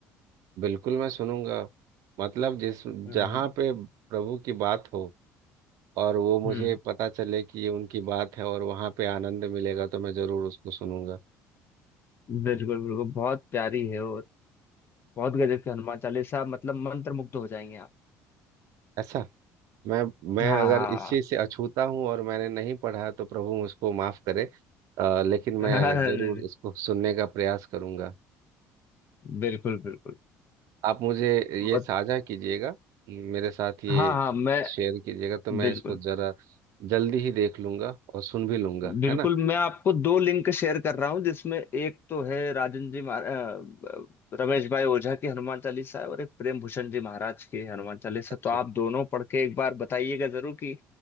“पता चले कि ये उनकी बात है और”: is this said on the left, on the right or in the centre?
Right